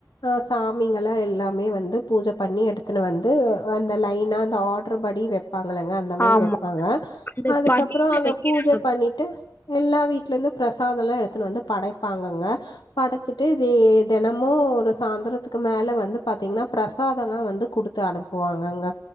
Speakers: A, on the left; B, on the left.
A: ஆ சாமிங்களா எல்லாமே வந் து பூஜ பண்ணி எடுத்துன்னு வந்து அந்த லைன அந்த ஆர்டர் படி வெ ப்பாங்களங்க அந்த மாதி
B: ஆமா
A: மெப்பாங்க
B: அந்த
A: அதுக்கப்புறொ
B: படியில
A: அங்க
B: வைக்கிறாங்க
A: பூஜை பண்ணிட்டு எல்லா வீ ட்ல இருந்து பிரசாதம் எல்லா எடுத்துட்டு வந்து படைப்பாங்கங்க படைச்சிட்டு இது தினமும் ஒரு சா ந்தறதுக்கு மேல வந்து பாத்தீங்கன்னா பிரசாதோ எல்லா வந்து குடுத்து அனுப்புவாங்கங்க